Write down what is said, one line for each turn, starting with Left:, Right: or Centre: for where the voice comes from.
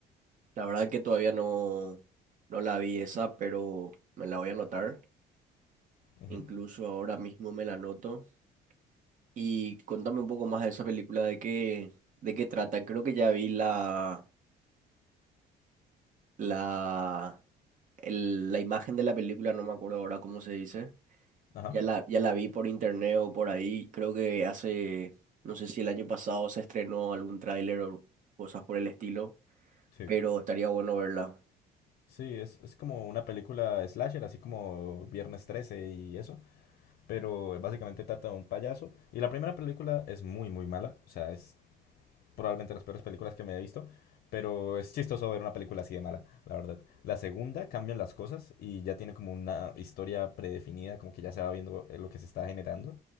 Right: La verdad que todavía no, no la vi esa, pero me la voy a anotar.
Left: Ujú,
Right: Incluso ahora mismo me la anoto. Y contame un poco más de esa película, de qué, de qué trata. Creo que ya vi la, la, el- la imagen de la película, no me acuerdo ahora cómo se dice
Left: Ajá,
Right: Ya la, ya la vi por internet o por ahí. Creo que hace, no sé si el año pasado se estrenó algún tráiler o cosas por el estilo,
Left: sí.
Right: pero estaría bueno verla.
Left: Sí, es, es como una película slasher, así como Viernes 13 y eso, pero básicamente trata de un payaso. Y la primera película es muy, muy mala, o sea, es probablemente las peores películas que me haya visto. Pero es chistoso ver una película así de mala, la verdad. La segunda cambian las cosas y ya tiene como una historia predefinida, como que ya se va viendo eh, lo que se está generando.